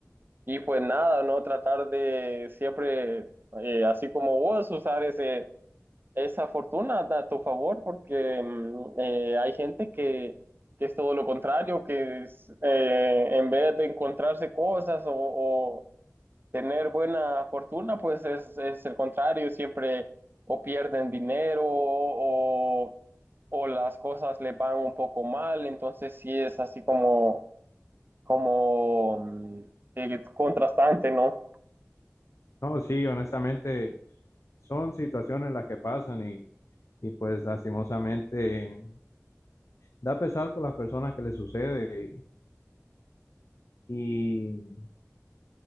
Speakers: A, on the right (about 40°); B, on the left (about 65°).
A: y pues nada, no tratar de siempre, eh, así como vos, usar ese esa fortuna da a tu favor porque mm, eh, hay gente que, que es todo lo contrario, que es, eh, en vez de encontrarse cosas o, o tener buena fortuna, pues es, es el contrario, siempre o pierden dinero o, o las cosas les van un poco mal, entonces sí es así como, como mm, eh, contrastante, ¿no?
B: No, sí, honestamente. son situaciones las que pasan y, y pues lastimosamente da pesar por las personas que les sucede y, y